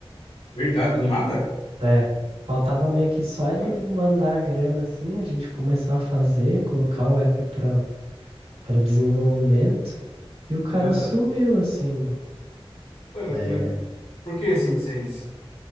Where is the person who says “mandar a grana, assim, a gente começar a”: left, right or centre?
Right